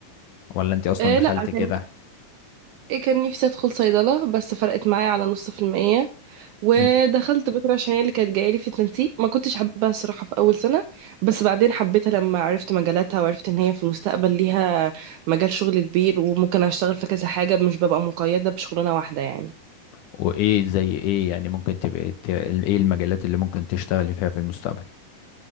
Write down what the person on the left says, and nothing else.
ولا انت اصلا
دخلت
كده
مم.
وايه زي ايه يعني ممكن تبقى ت- ايه المجالات اللي ممكن تشتغلي فيها في المستقبل